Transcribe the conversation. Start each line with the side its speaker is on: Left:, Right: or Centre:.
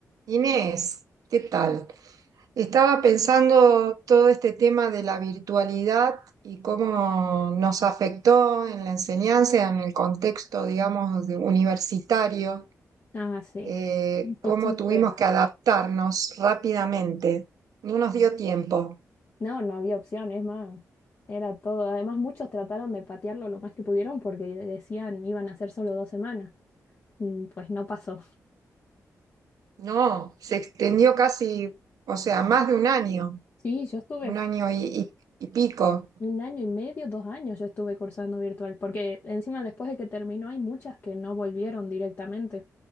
Right: Inés, ¿qué tal? Estaba pensando todo este tema de la virtualidad y cómo nos afectó en la enseñanza, en el contexto, digamos, de- universitario,
Left: Ah, sí.
Right: eh,
Left: Pues
Right: cómo
Left: tú
Right: tuvimos
Left: un tema.
Right: que adaptarnos rápidamente. No nos dio tiempo,
Left: No, no había opción, es más, era todo. Además, muchos trataron de patearlo lo más que pudieron porque decían iban a ser solo dos semanas. Mm, Pues no pasó. <laughs>
Right: no, se extendió casi, o sea, más de un año,
Left: Sí, yo estuve
Right: un año y, y- y pico.
Left: un año y medio, dos años yo estuve cursando virtual, porque encima después de que terminó hay muchas que no volvieron directamente,